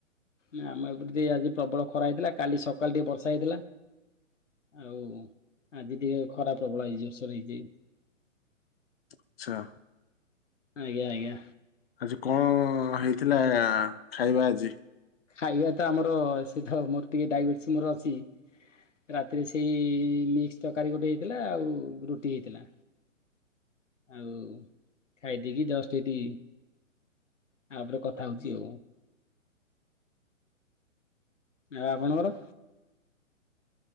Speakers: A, on the left; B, on the left.
A: ନା ଆମ ଏପ ଟିକେ ଆଜି ପ୍ରବଳ ଖରା ହେଇଥିଲା କାଲି ସକାଳ ଟିକି ବର୍ଷା ହେଇଥିଲା। ଆଉ ଆଜି ଟିକେ ଖରା ପ୍ରବଳ ହେଇଛି ଜୋର୍ସର ହେଇଛି।
B: ଆଚ୍ଛା।
A: ଆଜ୍ଞା ଆଜ୍ଞା।
B: ଆଜି କଁ ହେଇଥିଲା ଖାଇବା ଆଜି।
A: ଖାଇବା ତ ଆମର ସେ ଥ ମୋର ଟିକେ ଡାଇବେଟିସ୍ ମୋର ଅଛି। ରାତିରେ ସେଇ ମିକ୍ସ ତକାରୀ ଗୋଟେ ହେଇଥିଲା ଆଉ ରୁଟି ହେଇଥିଲା। ଆଉ ଖାଇଦେକି ଜଷ୍ଟ୍ ଏଠି ଆପରେ କଥା ହଉଛି ଆଉ। ଆଉ ଆପଣଙ୍କର।